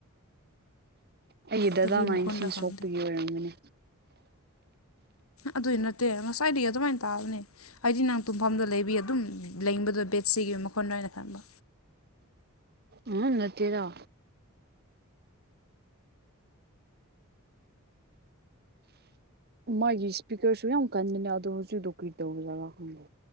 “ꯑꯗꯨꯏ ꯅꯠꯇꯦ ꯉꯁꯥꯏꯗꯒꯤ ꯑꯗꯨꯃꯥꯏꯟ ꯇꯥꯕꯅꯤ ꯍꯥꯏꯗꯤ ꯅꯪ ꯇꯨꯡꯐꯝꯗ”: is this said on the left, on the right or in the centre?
Left